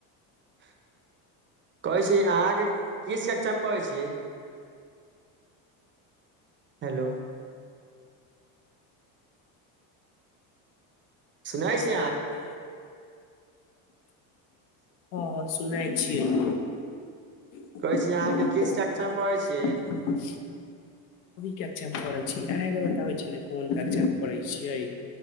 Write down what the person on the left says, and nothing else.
सुै
छै अहाँके हँ- हँ सुनै छियैै छै। <unintelligible>
नवी कक्षा हम पढ़े छी अहे के बताबै छी। कोन क्षा पढ़े छियै। <unintelligible>